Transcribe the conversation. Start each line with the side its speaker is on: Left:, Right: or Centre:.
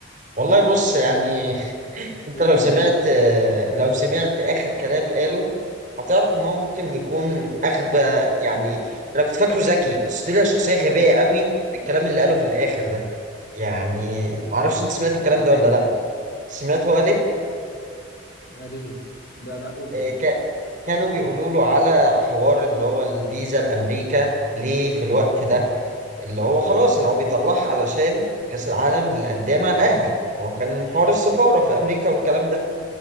Right: والله بص يعني <laughs> انت
Left: قول
Right: لو
Left: لي
Right: سمعت
Left: ايه
Right: لو سمعت اخر كلام قاله هتعرف ان هو ممكن يكون اغبى يعني انا كنت فاكره ذكي بس طلع شخصيه غبيه قوي بالكلام اللي قاله في الاخر ده يعني معرفش انت سمعت الكلام
Left: اشمعنى
Right: ده ولا لا
Left: يعني
Right: سمعت هو ليه
Left: يعني ليه لا لا قول لي
Right: آه،
Left: يعني ليه
Right: ك- كانوا بيقولوا له على حوار اللي هو الفيزا لامريكا ليه في الوقت ده اللي هو خلاص ان هو بيطلعها علشان كاس العالم للانديه مع الاهلي هو كان حوار السفاره في امريكا
Left: لا،
Right: والكلام ده